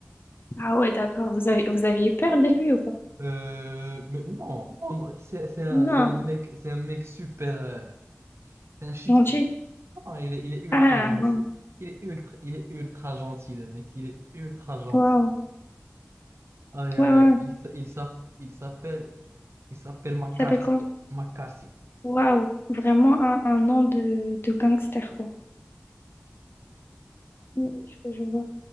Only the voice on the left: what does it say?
Ah ouais, d'accord. Vous avez... vous aviez eu peur de lui ou pas?
Non.
Gentil.
Ah,
waouh.
Waouh.
Ouais, ouais.
Il s'appelle comment?
Waouh. Vraiment un, un nom de, de gangster, quoi. Oui, Je, je vois.